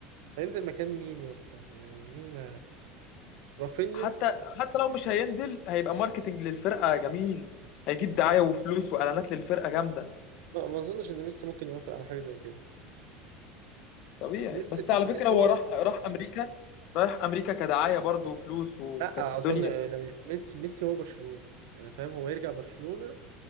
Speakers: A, on the right; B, on the left.
A: هينزل مكان مين يا اسطى يعني مين اللي رافينيا
B: حتى حتى لو مش هينزل هيبقى ماركتنج للفرقه جميل هيجيب دعايه وفلوس واعلانات للفرقه جامده
A: ما, ما اظنش ان ميسي ممكن يوافق على حاجه زي كده
B: طبيعي
A: لا، ميسي
B: بس على
A: ميسي
B: فكره هو
A: هو
B: راح راح امريكا رايح امريكا كدعايه برضه وفلوس وكانت
A: لا
B: الدنيا
A: اظن يعني ميسي ميسي هو برشلونه يعني فاهم هو يرجع برشلونه